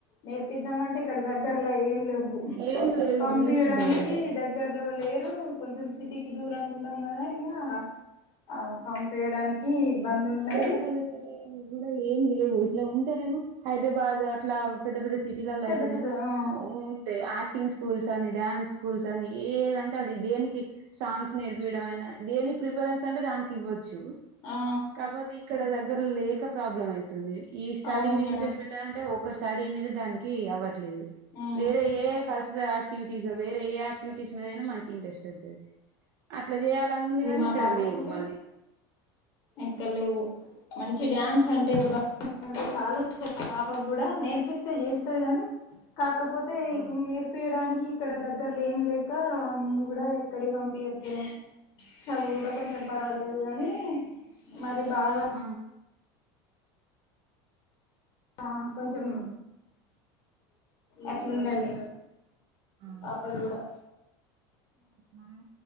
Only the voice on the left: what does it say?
నేర్పిద్దామ అంటే ఇక్కడ దగ్గర్లా ఏం లేవు
పంపియడానికి
దగ్ గ్గర్లో లేరు కొంచెం సిటీకి దూరంగా ఉన్నాం కదా ఇంగ ఆ పంపేయడానికి ఇబ్బంది
ఉన్నది
పెద్ద
పెద్ద
ఆ
ఆ
అవును
మేడం
ఉమ్
మా
పాప
కూడా
ఎక్కడ లేవు మంచి డ్యాన్స్ అంటే బా అంటే చాలా ఇష్టం పాపకు కూడా నేర్పిస్తే చేస్తది కాని కాకపోతే
నేర్ప్ పంపీయడానికి ఇక్కడ దగ్గరలే ఏం లేక మేము కూడా ఎక్కడ పంపీయట్లేము చదువు కూడా కొంచెం పర్వాలేదు గాని మరి బాగా
ఆ కొంచెం అట్లున్నది
పాపది కూడా